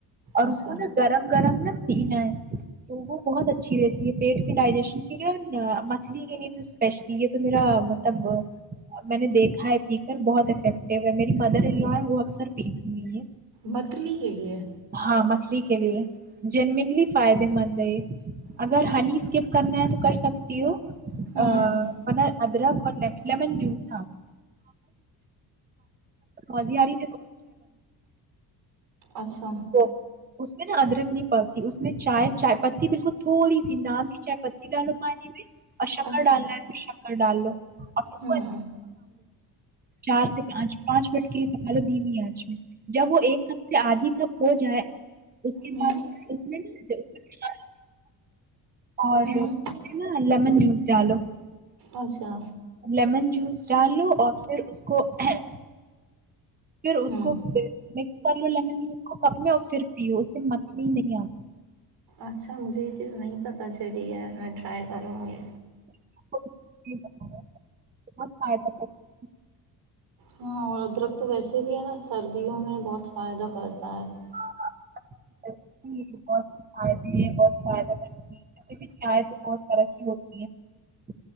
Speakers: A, on the right; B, on the right.
A: اور
B: اچھا
A: اس کو نا گرم گرم نہ پینا ہے بہت اچھی دیتی ہے پیٹ کے ڈائریشن کے لیے اور مچھلی کے لیے بھی سپیشلی یہ تو میرا مطلب میں نے دیکھا ہے پیکر بہت افیکٹو ہے میری مدر یو ہے وہ اکثر نہیں ہے
B: پتلی کے لیے
A: ہاں مچھلی کے لیے جنملی فائدہ مند ہے
B: اچھا
A: اگر ہنی سکپ کرنا ہے تو کر سکتی ہوں
B: ہوں
A: ا <unintelligible> ادرک اور لیمن جوس تھا مزی اری
B: اچھا
A: تو اس میں نا ادرک نہیں پاتی اس میں چائے چائے پتی بالکل تھوڑی سی نان کی چائے پتی ڈالو پانی میں اور شکر
B: اچھا
A: ڈالنا ہے ڈال لو <unintelligible> اب اس
B: ہوں
A: کو چار سے پانچ پانچ منٹ کے لیے اج میں جب وہ ایک نفس سے ادھی کا جائے اس کے
B: ہوں
A: بعد اس میں نا اور
B: ہوں
A: ڈالو
B: اچھا
A: لیمن اور پھر اس کو ہے پھر اس
B: ہوں
A: کو لیمن بھی اس کو کب میں اور صرف متلی نہیں ا
B: اچھا مجھے یہ چیز نہیں پتہ ٹرائی کروں گی
A: <inaudible>
B: ہاں اور ادرک تو ویسے ہی ہے نا سردیوں میں بہت فائدہ کرتا ہے
A: <inaudible>